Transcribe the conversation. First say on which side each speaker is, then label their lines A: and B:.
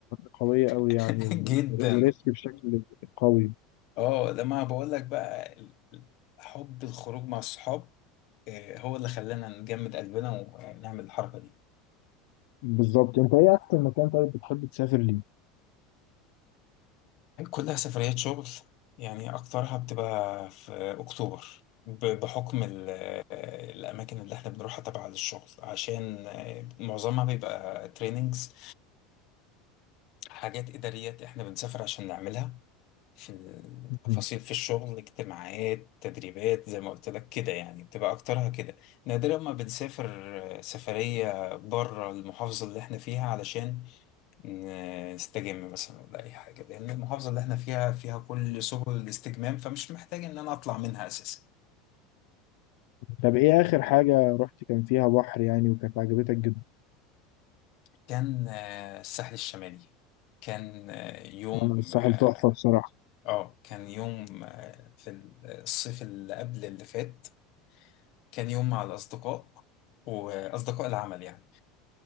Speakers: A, on the left; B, on the left.
A: قوية أوي
B: <laughs>
A: يعني و-
B: جدا
A: وريسك بشكل قوي
B: اه لما بقول لك بقى ال- ال- حب الخروج مع الصحاب آه، هو اللي خلانا نجمد قلبنا ونعمل الحركة دي
A: بالظبط انت ايه احسن مكان طيب بتحب تسافر ليه
B: كلها سفريات شغل يعني أكترها بتبقى في أكتوبر ب- بحكم ال- الأماكن اللي إحنا بنروحها تبع للشغل عشان آه، معظمها بيبقى تريننجز حاجات إداريات إحنا بنسافر عشان نعملها في التفاصيل
A: <laughs> مهم.
B: في الشغل اجتماعات تدريبات زي ما قلت لك كده يعني بتبقى أكترها كده نادرا ما بنسافر آه، سفرية بره المحافظة اللي إحنا فيها علشان ن- نستجم مثلا ولا أي حاجة لأن المحافظة اللي إحنا فيها فيها كل سبل الاستجمام فمش محتاج إن أنا أطلع منها أساسا
A: طب ايه اخر حاجة رحت كان فيها بحر يعني وكانت عجبتك جدا
B: كان آه، الساحل الشمالي كان آه، يوم
A: انا الساحل
B: اه
A: تحفة بصراحة
B: آه، كان يوم آه، في الصيف اللي قبل اللي فات كان يوم مع الأصدقاء وأصدقاء العمل يعني